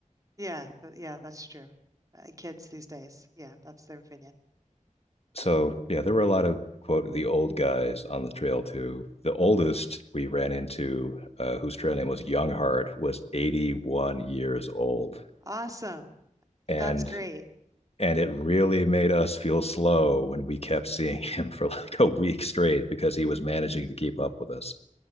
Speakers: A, on the right; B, on the left.
A: Yeah, but yeah, that's true. Uh, kids these days, yeah, that's their opinion.
B: So, yeah, there were a lot of quote the old guys on the trail too. The oldest we ran into, uh, whose trail name was Younghart, was 81 years old.
A: Awesome. That's
B: And
A: great.
B: and it really made us feel slow when we kept seeing <laughs> him for like a week straight because he was managing to keep up with us.